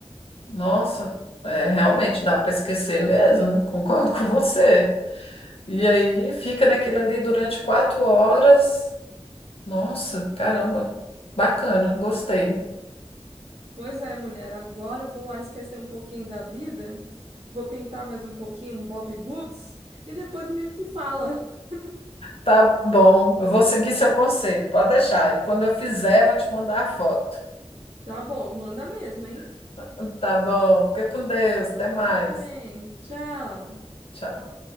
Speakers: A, on the left; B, on the right.
A: Nossa, é, realmente dá para esquecer mesmo. Concordo <laughs> com você. E aí fica naquilo ali durante quatro horas. Nossa, caramba, bacana, gostei.
B: Pois é, mulher, agora eu vou lá esquecer um pouquinho da vida, vou pintar mais um pouquinho um Bob Goods e depois a gente se fala. <laughs>
A: Tá bom, eu vou seguir seu conselho, pode deixar. E quando eu fizer, eu vou te mandar a foto.
B: Tá bom, manda mesmo, hein?
A: <laughs> Tá bom, fica com Deus, até
B: Você
A: mais.
B: também. Tchau.
A: Tchau.